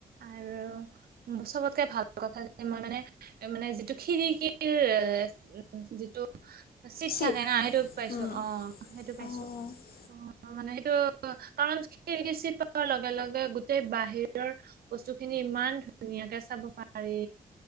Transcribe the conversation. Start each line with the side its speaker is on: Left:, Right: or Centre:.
Right: আৰু- <unintelligible> চবতকে ভাল কথা যে মই মানে মানে যিটো খিৰিকীৰ এ উম যিটো- চিট
Left: চিত
Right: থাকে না সেইটো পাইছো
Left: উম
Right: অ সেইটো
Left: বাহিৰৰ
Right: পাইছো। অ মানে সেইটো কাৰণি পোৱাৰ লগে লগে গোটেই বাহিৰৰ বস্তু খিনি ইমান ধ- <unintelligible> ধুনীয়াকে চাব পাৰি।